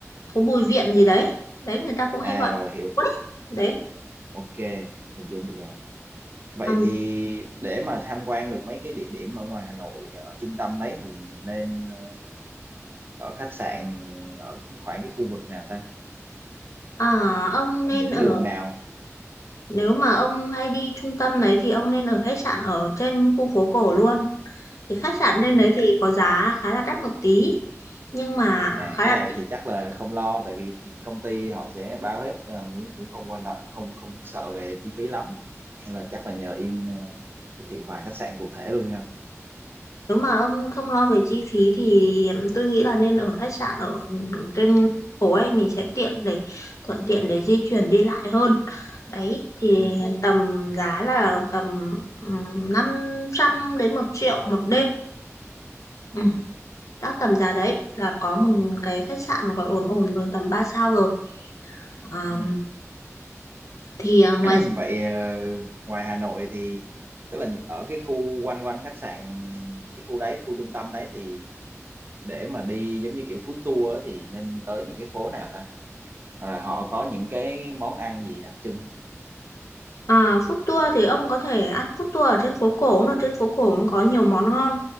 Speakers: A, on the left (about 75°); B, on the right (about 40°).
A: phố Bùi Viện gì đấy đấy người ta cũng hay
B: à
A: gọi
B: rồi hiểu
A: phố đấy đấy
B: ok hình dung được rồi Vậy
A: Ừm,
B: thì để mà tham quan được mấy cái địa điểm ở ngoài Hà Nội ở trung tâm đấy thì mình nên ờ, ở khách sạn ở khoảng cái khu vực nào ta?
A: à, ông
B: Ở
A: nên
B: những
A: ở
B: đường nào?
A: nếu mà ông hay đi trung tâm đấy thì ông nên ở khách sạn ở trên khu phố cổ luôn thì khách sạn trên
B: Ừ.
A: đấy thì có giá khá là đắt một tí nhưng mà
B: Nè,
A: khá là
B: cái này thì chắc là không lo tại vì công ty họ sẽ bao hết ờ, cũng cũng không quan trọng không không sợ về chi phí lắm. Nên là chắc là nhờ Yên ờ, giới thiệu vài khách sạn cụ thể luôn đi ha.
A: Nếu mà ông không lo về chi phí thì tôi nghĩ là nên ở khách sạn ở trên phố ấy mình sẽ tiện để thuận tiện để di chuyển đi lại hơn. Đấy thì
B: Ừ.
A: tầm giá là tầm ừm, năm trăm đến một triệu một đêm.
B: Ừ.
A: Ừ, các tầm giá đấy là có một cái khách sạn gọi ổn ổn rồi tầm 3 sao rồi. À,
B: Ừ.
A: thì à, ngoài
B: <clears throat>
A: ra-
B: Vậy ờ, ngoài Hà Nội thì tức là ở cái khu quanh quanh khách sạn cái khu đấy khu trung tâm đấy thì để mà đi giống như kiểu food tour á thì nên tới những cái phố nào ta à, họ có những cái món ăn gì đặc trưng
A: à, food tour thì ông có thể ăn food tour ở trên phố cổ, nó trên phố cổ cũng có nhiều món ngon.